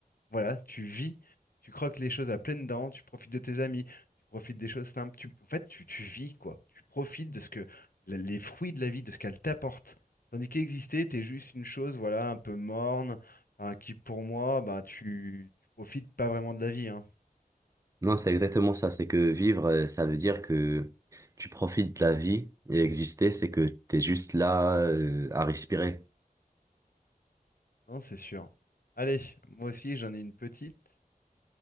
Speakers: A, on the left; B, on the right.
A: Voilà, tu vis, tu croques les choses à pleines dents, tu profites de tes amis, tu profites des choses simples. Tu, en fait, tu, tu vis, quoi. Tu profites de ce que, la- les fruits de la vie, de ce qu'elle t'apporte. Tandis qu'exister, t'es juste une chose, voilà, un peu morne, hein, qui pour moi, bah, tu, tu profites pas vraiment de la vie, hein.
B: Non, c'est exactement ça. C'est que vivre, euh, ça veut dire que tu profites de la vie et exister, c'est que t'es juste là, euh, à respirer.
A: Non, c'est sûr. Allez, moi aussi, j'en ai une petite.